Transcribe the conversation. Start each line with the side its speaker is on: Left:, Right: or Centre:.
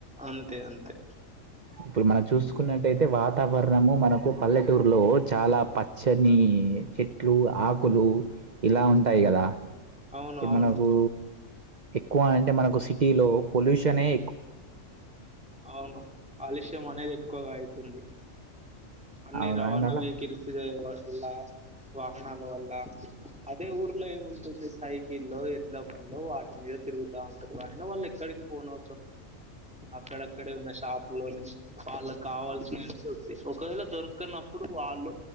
Centre: అంతే అంతే
Right: ఇప్పుడు మనం చూసుకున్నట్టయితే వాతావరణము మనకు పల్లెటూరులో చాలా పచ్చని చెట్లు ఆకులు ఇలా
Centre: ఉమ్
Right: ఉంటాయి కదా
Centre: అవును
Right: ఇప్పుడు
Centre: అవును
Right: మనకు ఎక్కువ అంటే మనకు సిటీలో పొల్యూషన్ ఏ
Centre: అవును అలిష్ మనేది ఎక్కువగా అయితుంది అన్ని
Right: అవునా
Centre: రవాణా
Right: అండి అలా
Centre: వెహికల్స్ వల్ల వాహనాల వల్ల అదే ఊర్లో ఏముంటుంది సైకిల్ల్లో ఎడ్లబండ్లో వాటి మీద తిరుగుతా ఉంటారు ఆయన వాళ్ళు ఎక్కడ పోనో అక్కడక్కడే ఉన్న షాపు లోనే వాళ్ళకి కావాల్సిన దొరుకుతాయి ఒకవేళ దొరుకనప్పుడు వాళ్ళు